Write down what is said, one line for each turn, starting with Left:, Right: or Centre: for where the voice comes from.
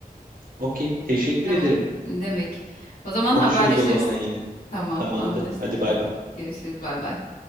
Right: Okey, teşekkür
Left: Tamam
Right: ederim.
Left: demek. O zaman
Right: Konuşuruz
Left: haberleşiriz.
Right: o zaman yine.
Left: Tamam
Right: Tamamdır.
Left: anlaştık.
Right: Hadi bay
Left: Hadi,
Right: bay.
Left: Görüşürüz bay bay.